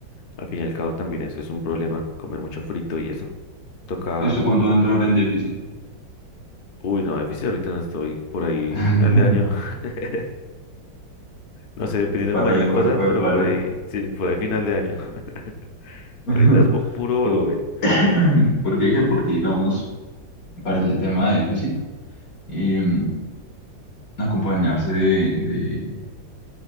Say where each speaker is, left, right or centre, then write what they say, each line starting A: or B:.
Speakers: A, on the left (about 70°); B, on the left (about 45°).
A: al fin y al cabo también eso es un problema, comer mucho frito y eso. Toca,
B: ¿Y usted cuándo va a entrar en déficit?
A: uy, no, déficit ahorita no estoy, por ahí
B: <laughs>
A: final de año. <laughs> No sé, dependiendo
B: Para
A: cómo vaya
B: el
A: la
B: cuerpo
A: cosa, pero
B: de playa.
A: por ahí, sí, por ahí final de año. <laughs>
B: <laughs>
A: Ahorita es vo- puro volumen,
B: Por- <clears throat> ¿Por qué? Que Porque, digamos, para ese tema de déficit, em, acompañarse de, de,